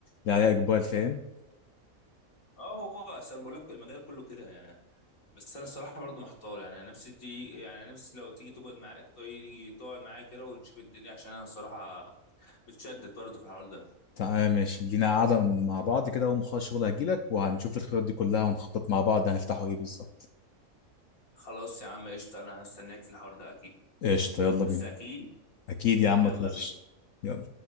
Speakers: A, on the left; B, on the left.
A: اللي عليها اقبال فاهم
B: اه هو اصل انا بقول لك المجال كله كده يعني بس انا الصراحه برضو محتار يعني انا نفسي تي يعني نفسي لو تيجي تقعد معايا تيجي تقعد معايا كده ونشوف الدنيا عشان انا الصراحه متشدد برضو في الحوار ده
A: تعال ماشي لينا قاعده من- مع بعض كده اول ما اخلص شغل هجيلك وهنشوف الخطط دي كلها ونخطط مع بعض هنفتحوا ايه بالظبط
B: خلاص يا عم قشطه انا هستناك في الحوار ده اكيد
A: قشطه يلا بينا
B: بس اكيد
A: اكيد يا عم
B: يلا
A: ما تخافش
B: بينا
A: يلا